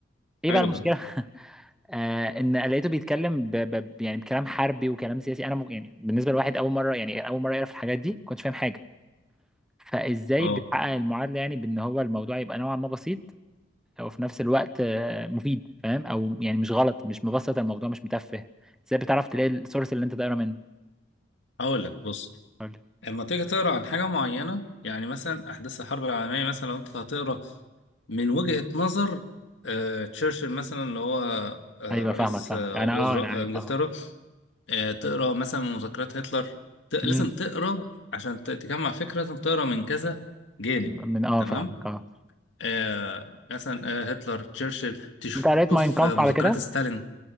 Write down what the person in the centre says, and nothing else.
ايه
بقى المشكلة
<laughs> آه ان لقيته بيتكلم ب... ب... يعني بكلام حربي وكلام سياسي انا م... يعني بالنسبة لواحد اول مرة يعني اول مرة يعرف الحاجات دي ما كنتش فاهم حاجة فازاي
بتحقق المعادلة يعني بان هو الموضوع يبقى نوعا ما بسيط وفي نفس الوقت آه مفيد فاهم او يعني مش غلط مش مبسط الموضوع مش متفه ازاي بتعرف تلاقي السورس اللي انت دايره منه
قول لي.
ايوه
فاهمك فاهمك
انا
اه انا عارف
اه
مم.
من اه
فاهمك اه
انت قريت ماين كامف
على كده